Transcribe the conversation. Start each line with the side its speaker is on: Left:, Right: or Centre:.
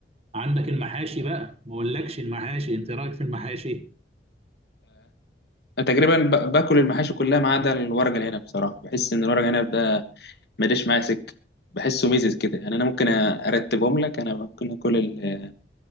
Right: عندك المحاشي بقى ما اقولكش المحاشي انت إيه رأيك في المحاشي
Left: أنا تقريبا ب- باكل المحاشي كلها ما عدا الورق العنب بصراحة بحس إن الورق العنب ده ماليش معايا سكه بحسه ميزز كده يعني انا ممكن ارتبهم لك انا ممكن اكل ال-